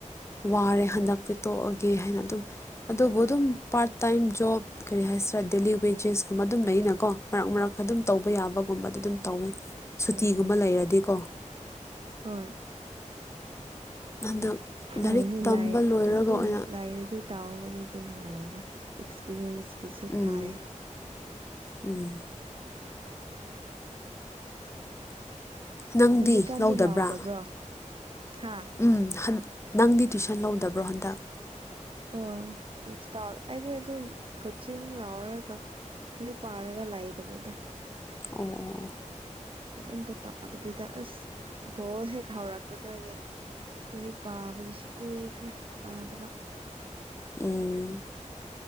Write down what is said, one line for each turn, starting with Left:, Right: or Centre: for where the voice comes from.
Left: ꯋꯥꯔꯦ ꯍꯟꯗꯛꯇꯤ ꯇꯣꯛꯑꯒꯦ ꯍꯥꯏꯅ ꯑꯗꯨꯝ ꯑꯗꯨꯕꯨ ꯑꯗꯨꯝ ꯄꯥꯔꯠ ꯇꯥꯏꯝ ꯖꯣꯕ ꯀꯔꯤ ꯍꯥꯏꯁꯤꯔꯥ ꯗꯦꯂꯤ ꯋꯦꯖꯦꯁꯀꯨꯝꯕ ꯑꯗꯨꯝ ꯂꯩꯅꯀꯣ ꯃꯔꯛ ꯃꯔꯛꯇ ꯑꯗꯨꯝ ꯇꯧꯕ ꯌꯥꯕꯒꯨꯝꯕꯗ ꯑꯗꯨꯝ ꯇꯧꯋꯦ ꯁꯨꯇꯤꯒꯨꯝꯕ
Right: ꯎꯝ
Left: ꯂꯩꯔꯗꯤꯀꯣ
Right: ꯍꯣꯏ
Left: ꯍꯟꯗꯛ
Right: ꯍ
Left: ꯂꯥꯏꯔꯤꯛ ꯇꯝꯕ
Right: ꯂꯥꯏ
Left: ꯂꯣꯏꯔꯒ
Right: ꯑꯗꯨꯝ
Left: ꯑꯣꯏꯅ
Right: ꯂꯥꯏꯅꯗꯤ ꯇꯥꯎꯕꯗꯗꯤ ꯅꯨꯡꯉꯥꯏꯌꯦꯅ ꯑꯦꯛꯁꯄꯤꯔ꯭ꯌꯦꯟꯁꯀꯤꯁꯨ
Left: ꯎꯝ
Right: ꯐꯥꯏ
Left: ꯎꯝ ꯅꯪꯗꯤ
Right: ꯍꯧꯖꯤꯛꯀꯥꯟꯗꯤ
Left: ꯂꯧꯗꯕ꯭ꯔꯥ
Right: ꯂꯥꯎꯗꯕ꯭ꯔꯣ ꯍꯥ
Left: ꯎꯝ ꯅꯪꯗꯤ ꯇꯨꯏꯁꯟ ꯂꯧꯗꯕ꯭ꯔꯣ ꯍꯟꯗꯛ
Right: ꯑꯣꯔꯤꯁꯇꯥ ꯑꯩꯗꯤ ꯑꯗꯨꯝ ꯀꯣꯆꯤꯡ ꯂꯥꯎꯔꯒ ꯂꯔꯤꯛ ꯄꯥꯔꯒ ꯂꯩꯕꯅꯤꯗ
Left: ꯑꯣ ꯑꯣ ꯑꯣ
Right: ꯀꯔꯤꯝꯇ ꯇꯥꯎꯗꯕꯤꯗ ꯑꯁ ꯕꯣꯜ ꯍꯦꯛ ꯍꯥꯎꯔꯛꯄꯒꯦ ꯂꯔꯤꯛ ꯄꯥꯕꯗꯁꯨ ꯀꯨꯏꯈ꯭ꯔꯦ ꯄꯥꯗꯕ
Left: ꯎꯝ